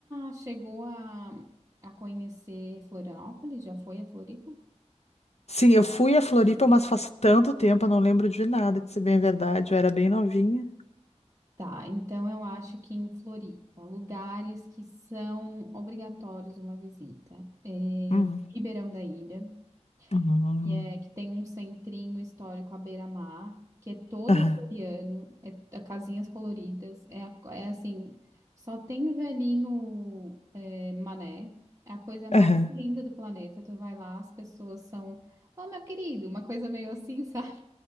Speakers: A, on the right; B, on the left.
A: chegou a, a conhecer Florianópolis? Já foi a Floripa?
B: Sim, eu fui a Floripa, mas faz tanto tempo, eu não lembro de nada, de ser bem verdade. Eu era bem novinha.
A: Tá, então eu acho que em Floripa, lugares que são obrigatórios uma visita. É
B: Uhum,
A: Ribeirão da Ilha.
B: uhum,
A: que é que tem um centrinho histórico à beira-mar, que é todo
B: aham,
A: açoriano, é é casinhas coloridas, é, a- é assim, só tem velhinho é, mané, é a coisa mais
B: aham,
A: linda do planeta. Tu vai lá, as pessoas são, ó, meu querido, uma coisa meio assim, <laughs> sabe?